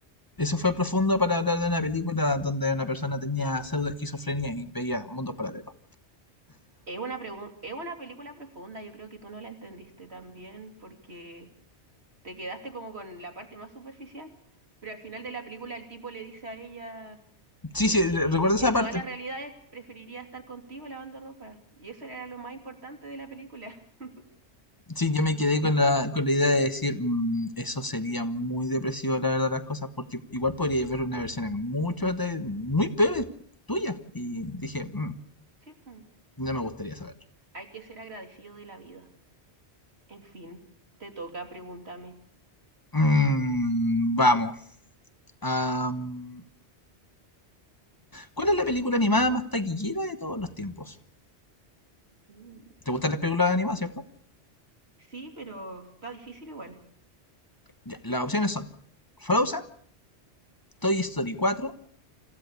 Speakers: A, on the left; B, on the right.
A: Eso fue profundo para hablar de una película donde una persona tenía pseudo esquizofrenia y veía mundos paralelos.
B: Es una pregun- es una película profunda, yo creo que tú no la entendiste tan bien porque te quedaste como con la parte más superficial, pero al final de la película el tipo le dice a ella...
A: Sí,
B: eh,
A: sí, re- recuerdo
B: en
A: esa parte.
B: todas las realidades preferiría estar contigo lavando ropa. Y eso era lo más importante de la película. <laughs>
A: Sí, yo me quedé con la, con la idea de decir, "Mm, eso sería muy depresivo, la verdad, las cosas, porque igual podría ver unas versiones mucho de, muy peores tuyas. Y dije, "Mm,
B: Sí, mm.
A: no me gustaría saberlo.
B: Hay que ser agradecido de la vida. En fin, te toca, pregúntame.
A: Mm, vamos. Am, ¿cuál es la película animada más taquillera de todos los tiempos?
B: Mm.
A: ¿Te gustan las películas animadas, cierto?
B: Sí, pero está difícil igual.
A: Ya, las opciones son Frozen, Toy Story cuatro.